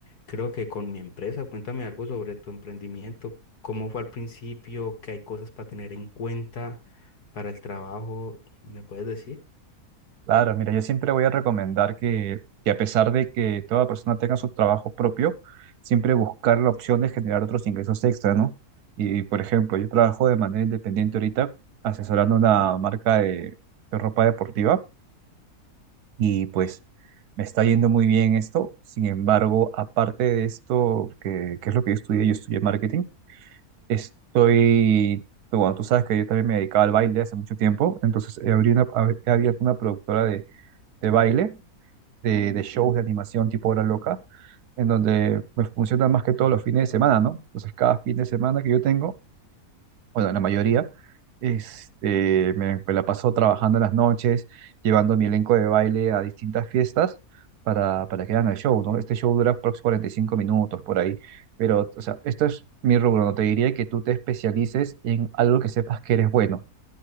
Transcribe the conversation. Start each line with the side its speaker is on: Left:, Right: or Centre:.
Left: creo que con mi empresa. Cuéntame algo sobre tu emprendimiento, cómo fue al principio, qué hay cosas para tener en cuenta para el trabajo, ¿me puedes decir?
Right: Claro, mira, yo siempre voy a recomendar que, que a pesar de que toda persona tenga su trabajo propio, siempre buscar la opción de generar otros ingresos extra, ¿no? Y, por ejemplo, yo trabajo de manera independiente ahorita asesorando una marca de, de ropa deportiva y pues me está yendo muy bien esto. Sin embargo, aparte de esto, que, que es lo que yo estudié, yo estudié marketing, estoy, bueno, tú sabes que yo también me dedicaba al baile hace mucho tiempo, entonces he abrí una- he abierto una productora de de baile de, de shows de animación tipo Hora Loca, en donde me funciona más que todo los fines de semana, ¿no? Entonces, cada fin de semana que yo tengo, bueno, la mayoría, este, me, me la paso trabajando en las noches, llevando mi elenco de baile a distintas fiestas para, para que hagan el show, ¿no? Este show dura aproximadamente 45 minutos por ahí, pero, o sea, esto es mi rubro, no te diría que tú te especialices en algo que sepas que eres bueno.